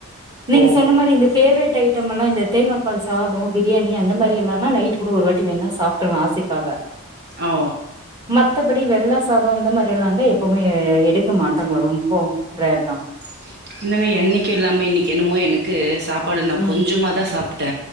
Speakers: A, on the right; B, on the right.
A: நீங்க
B: ஓ
A: சொன்ன மாரி இந்த பேவரட் ஐ டம்மெல்லா இந்த தேங்கா பால் சாதோ பிரியாணி அந்த மாரி இல்லாம்மா நைட் கூட ஒரு வாட்டி வேண்னா சாப்ட்ருவே ஆசைக்காக
B: ஓ
A: மத்தபடி வெள்ள சாதோ இந்த மாரி எல்லாந்தா எப்போமே எடுக்க மாட்டாங்க ரொம்போ ரேர் தா
B: <unintelligible> என்னைக்கு எல்லாமே இன்னி என்னமோ எனக்கு சாப் பாடு நா
A: ம்
B: கொஞ்சமா தா சாப் த